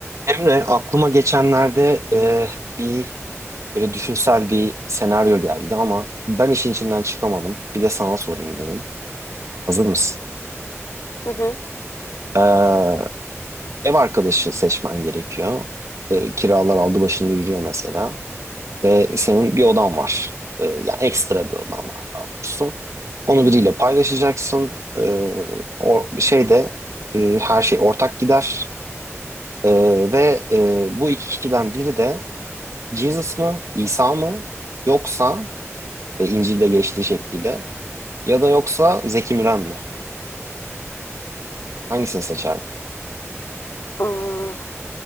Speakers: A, on the right; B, on the left.
A: Emre, aklıma geçenlerde e, bir böyle düşünsel bir senaryo geldi ama ben işin içinden çıkamadım. Bir de sana sorayım dedim. Hazır mısın?
B: Hı hı.
A: Ee, ev arkadaşı seçmen gerekiyor. Ee, kiralar aldı başını yürüyor mesela. Ve senin bir odan var. Ee, yani ekstra bir odan var daha doğrusu. Onu biriyle paylaşacaksın. Ee, o şeyde e, her şey ortak gider. Ee, ve e, bu iki kişiden biri de Jesus mı, İsa mı yoksa e, İncil'de geçtiği şekliyle ya da yoksa Zeki Müren mi? Hangisini seçerdin?
B: Aa,